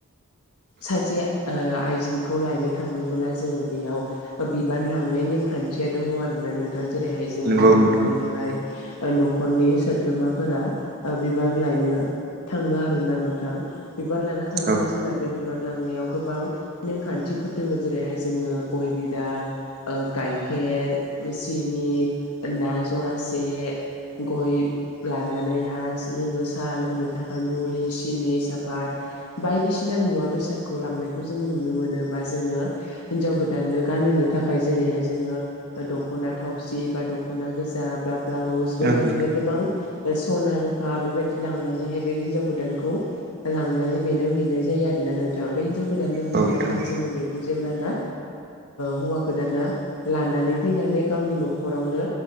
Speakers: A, on the left; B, on the right.
A: सासे ओ आइजोनखौ लायनो थाङनोबोला जोङो बेयाव बिबान लांनाय नेमखान थिया दङ आरो ना नोंथां जेरैहाय जोङो
B: नंगौ
A: बेबायदिनोहाय
B: नोंथां
A: ओ न'खरनि सोद्रोमाफोरा ओ बिबान लायनो थाङो आरोना नोंथां बिबान लाना थांनानै
B: औ
A: जोंना बे बिबान लांनायाव गोबां नेमखान्थि फोर दोङो जेरैहाय जोङ गय बिदा गाय खेर सिनि ओ ना जरासे गयब लानानै हा जोङो साहा लोंनो थाखाय मुरि सिनि सापात बायदिसिना मुवा बेसादखौ लांनायखौ जोङो नुनो मोनोबा जोङो हिनजाव गोदाननो गान नो थाखाय जेरैाय जो ओ दखना थावसि बा दखना गोजा बा ब्लाउस
B: औ
A: बेबायदिनो
B: नोंथां
A: गोबां ओस सना रुफा बेबायदि लांनानैहाय बे हिनजाव गोदानखौ लांनानै बेनो हैनाय जायो आरोना नों थां बे हिनजाव गोदाननो हैनानैहाय
B: औ नोंथां
A: जोङो बेखौ जेब्लाना हौवा गोदाना लानानै फैनानै गावनि न'खरावनो